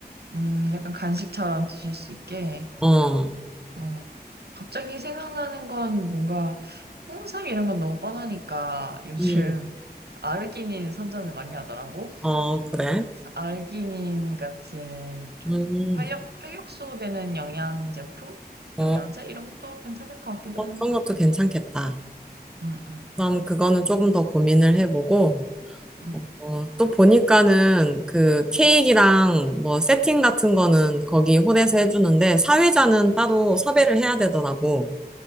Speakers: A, on the right; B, in the centre.
A: 음, 약간 간식처럼 드실 수 있게.
B: 어,
A: 어, 갑자기 생각나는 건 뭔가 홍삼 이런 건 너무 뻔하니까 요즘
B: 음,
A: <laughs> 아르기닌 선전을 많이 하더라고.
B: 어, 그래.
A: 그래서 아르기닌 같은 좀
B: 음,
A: 활력, 활력소 되는 영양 제품?
B: 어,
A: 영양제? 이런 것도 괜찮을 것 같기도
B: 어,
A: 하네.
B: 그런 것도 괜찮겠다.
A: 응, 응,
B: 그럼 그거는 조금 더 고민을 해보고,
A: 응.
B: 어, 또 보니까는 그 케이크랑 뭐 세팅 같은 거는 거기 홀에서 해주는데 사회자는 따로 섭외를 해야 되더라고.